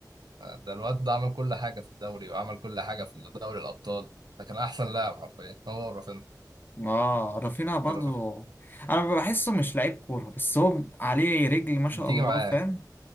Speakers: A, on the right; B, on the left.
A: ده الواد ده عمل كل حاجه في الدوري وعمل كل حاجه في دوري الابطال ده كان احسن لاعب حرفيا هو رافينيا
B: ما آه رافينها برضو
A: ده رافينيا.
B: انا بحسه مش لعيب كوره بس هو عليه رجل ما شاء
A: بتيجي
B: الله
A: معاه
B: فاهم